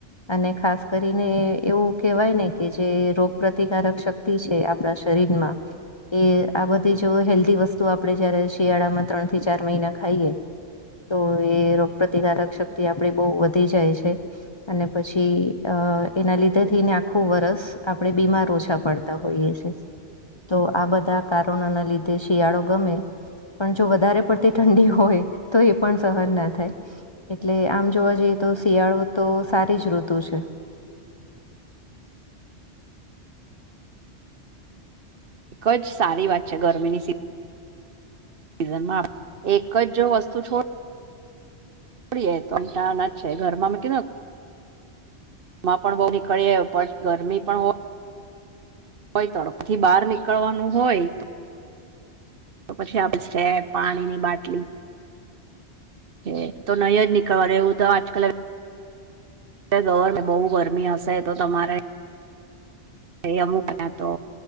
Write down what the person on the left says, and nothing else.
અને ખાસ કરીને એવું કેવાય ને કે જે રો ગ પ્રતિકારક શક્તિ છે આપણા શરીરમાં એ આ બધી જો હેલ્ધી વસ્તુ આપણે જયારે શિયાળામાં ત્રણ થી ચાર મહિના ખાઈએ તો એ રોગ પ્રતિકારક શક્તિ આપણી બહુ વધી જાય છે. અને પછી અ એના લીધે થીને આખું વરસ આપણે બીમાર ઓછા પડતા હોઈએ છે. તો આ બધા કારણોના લીધે શિયાળો ગમે પણ જો વધારે પડતી ઠંડી હોય તો એ પણ સહન ના થાય એટલે આમ જોવા જઈએ તો શિયાળો તો સારી જ ઋતુ છે.